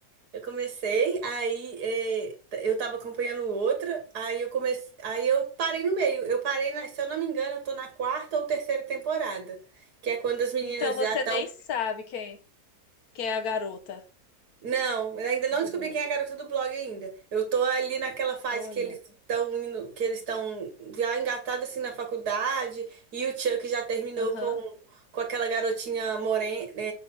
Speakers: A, on the right; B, on the left.
A: Eu comecei, aí eh, t- eu tava acompanhando outra, aí eu comecei, aí eu parei no meio. Eu parei na, se eu não me engano, eu tô na quarta ou terceira temporada, que é quando as meninas
B: Então você
A: já estão.
B: nem sabe quem, quem é a garota
A: Não, eu ainda não
B: do
A: descobri
B: blog.
A: quem é a garota do blog ainda. Eu tô ali naquela fase
B: Olha.
A: que eles estão indo, que eles estão já engatados assim na faculdade, e o Chuck já terminou
B: Aham.
A: com, com aquela garotinha morena,